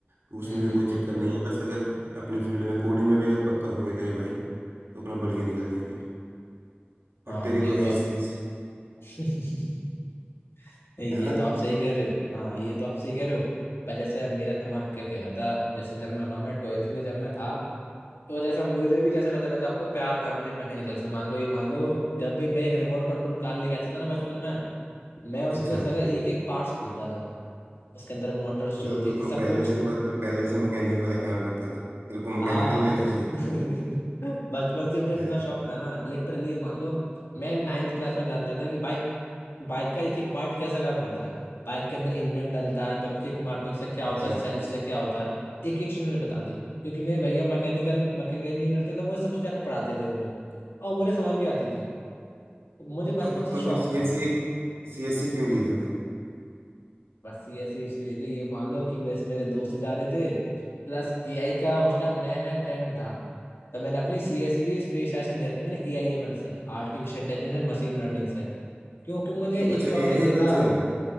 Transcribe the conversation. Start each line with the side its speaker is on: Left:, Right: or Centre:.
Right: तो उसमें
Left: हम्म,
Right: भी कोई चक्कर नहीं है बस अगर अपनी फील्ड में कोडिंग में भी अगर पक्का हो गया तेरे भाई तो अपना बढ़िया निकल जाएंगे और
Left: हाँ
Right: तेरी
Left: ये
Right: तो है
Left: तो
Right: ही सीएस
Left: <laughs> ये
Right: है ना
Left: तो आप सही कह रहे हो हाँ ये तो आप सही कह रहे हो पर जैसे मेरा दिमाग क्या कह रहा था जैसे जब मैं बताऊँ मैं ट्वेल्थ में जब मैं था तो जैसा मेरे भी जैसे बताया मैं था आपको प्यार था मुझे मैकेनिकल से मान लो ये मान लो जब भी मैं एक रिमोट कंट्रोल कार लेके आता था ना बचपन में मैं उसके
Right: अच्छा
Left: सबसे पहले एक एक पार्ट्स खोलता था मैं उसके अंदर मोटर्स
Right: मतलब
Left: जो होती
Right: तू
Left: थी
Right: तो
Left: सब
Right: पहले
Left: कुछ
Right: से मैं तू पहले से मैकेनिक वाले काम करता था तेरे को मैकेनिकल
Left: हाँ
Right: लेनी चाहिए
Left: <laughs>
Right: थी
Left: बचपन से मुझे इतना
Right: है?
Left: शौक था ना लिटरली मान लो मैं नाइन्थ क्लास में जानता था कि बाइक बाइक का एक एक पार्ट कैसा काम करता है बाइक के अंदर इंजन डलता है तो हम किक मारते हैं उससे क्या होता
Right: अच्छा
Left: है सेल्फ से क्या होता है एक एक चीज मुझे बता दी क्योंकि मेरे भैया मैकेनिकल मैकेनिकल इंजीनियर थे तो वो सब चीज़ आके पढ़ाते थे वो मुझे और मुझे समझ भी आती थी तो मुझे बचपन
Right: तो
Left: से
Right: तो
Left: शौक
Right: फिर सीएससी
Left: था
Right: सीएससी क्यों ली तूने
Left: बस ये ऐसी इसलिए ये मान लो कि मेरे मेरे दोस्त जा रहे थे प्लस एआई का उस टाइम नया नया ट्रेंड था तो मैंने अपनी सी एस सी भी स्पेशलाइजेशन ले रखी मैंने ए आई एम एल से artificial intelligence and machine learning से क्योंकि मुझे
Right: तू
Left: एक
Right: अच्छा
Left: दिमाग
Right: ए
Left: में
Right: आई
Left: ये
Right: एम
Left: था
Right: एल से है तू